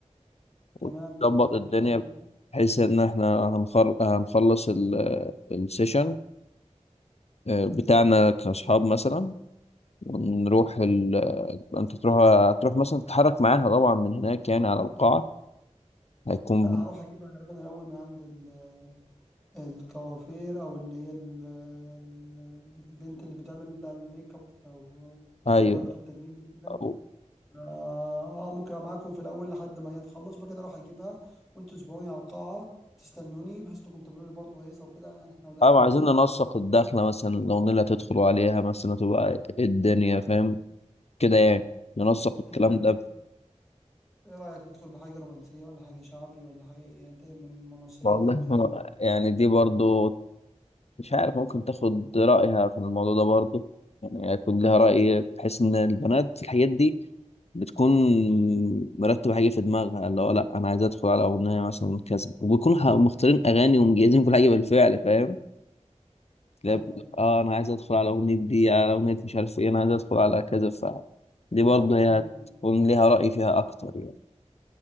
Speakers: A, in the centre; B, on the left.
A: تمام
B: وتظبط
A: تمام
B: الدنيا
A: مفيش مشاكل
B: بحيث ان احنا هنخل- هنخلص ال- السيشن آه، بتاعنا كاصحاب مثلا ونروح ال... انت تروح هتروح مثلا تتحرك معاها طبعا من هناك يعني على القاعة هيكون
A: لا هروح اجيبها غالبا الاول من عند ال الكوافير او اللي هي ال- ال- البنت اللي بتعمل الميك اب او مستحضرة
B: ايوه
A: التجميل كده
B: او
A: اه آه، ممكن أبقى معاكم في الاول لحد ما هي تخلص بكده اروح اجيبها وانتوا تسبقوني على القاعة تستنوني بحيث انكم تعملوا لي برضه هيصة وكده احنا وداخلين
B: أو عايزين
A: ولا
B: ننسق
A: إيه رأيك؟
B: الدخلة مثلا لو نيلة هتدخلوا عليها مثلا تبقى إيه الدنيا فاهم كده يعني ننسق الكلام
A: انت
B: ده
A: ايه رأيك ندخل بحاجة رومانسية ولا حاجة شعبي ولا حاجة ايه انت من مناصرين
B: والله
A: انهي
B: ما- يعني دي برضو مش عارف ممكن تاخد رأيها في الموضوع ده برضو يعني هيكون لها رأي بحيث ان البنات في الحاجات دي بتكون مرتبة حاجة في دماغها اللي هو لأ أنا عايز أدخل على أغنية مثلا كذا وبيكونوا ح- مختارين أغاني ومجهزين كل حاجة بالفعل فاهم تلاقي
A: ايوه
B: بيقول
A: ايوه
B: لك، آه أنا عايز أدخل على أغنية دي على أغنية مش عارف إيه أنا عايز أدخل على كذا ف دي برضه هي
A: م- م.
B: هتكون ليها رأي فيها أكتر يعني